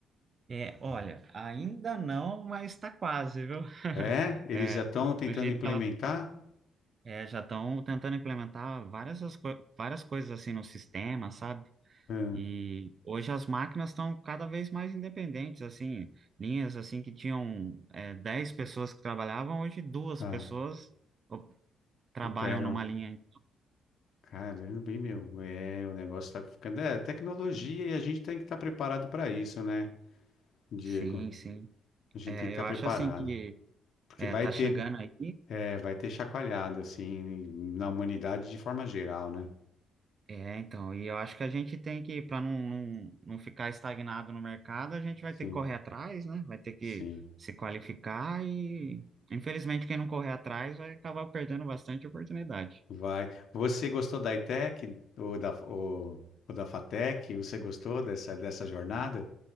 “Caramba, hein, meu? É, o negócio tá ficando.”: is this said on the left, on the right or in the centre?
Left